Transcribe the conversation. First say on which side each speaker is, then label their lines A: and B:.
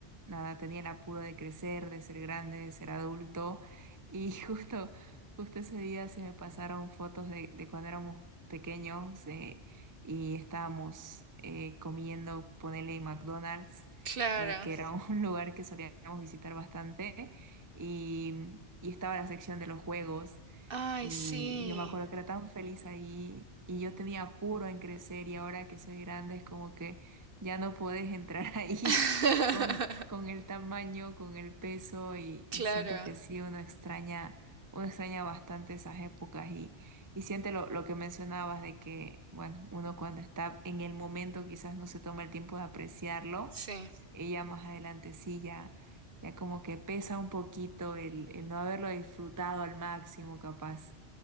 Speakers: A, on the right; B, on the right.
A: nada, tenía el apuro de crecer, de ser grande, de ser adulto. Y <laughs> justo, justo ese día se me pasaron fotos de, de cuando éramos pequeños eh, y estábamos eh, comiendo, ponele en McDonald's,
B: Claro.
A: eh, que era un <laughs> lugar que solíamos visitar bastante, y y estaba la sección de los juegos.
B: Ay,
A: Y
B: sí.
A: yo me acuerdo que era tan feliz ahí y yo tenía apuro en crecer y ahora que soy grande es como que ya no puedes entrar <laughs> ahí
B: <laughs>
A: con, con el tamaño, con el peso y,
B: Claro.
A: y siento que sí, uno extraña, uno extraña bastante esas épocas y, y siente lo, lo que mencionabas de que, bueno, uno cuando está en el momento quizás no se toma el tiempo de apreciarlo,
B: Sí.
A: ella más adelante sí ya, ya como que pesa un poquito el, el no haberlo disfrutado al máximo capaz.